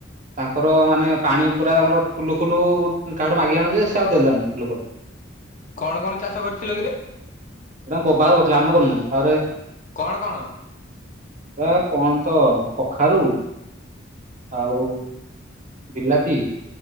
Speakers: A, on the right (about 40°); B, on the left (about 45°).
A: ତାଙ୍କର ମାନେ ପାଣି ପୁରା ତାଙ୍କର ଟୁଲୁ ଫୁଲୁ କାହାକୁ ଗୋଟେ ମାଗିକି ଆଣନ୍ତି ଯେ ସେ ଆଉ ଦେଲାନି ଲୋକଟା।
B: କଣ କଣ ଚାଷ କରିଥିଲ କିରେ?
A: ଏ ତାଙ୍କ ବୋବାଘର କରୁଥିଲେ ଆମେ କରିନୁ ତାପରେ
B: କଣ କଣ?
A: ଆ କଣ ତ କଖାରୁ? ଆଉ ବିଲାତି।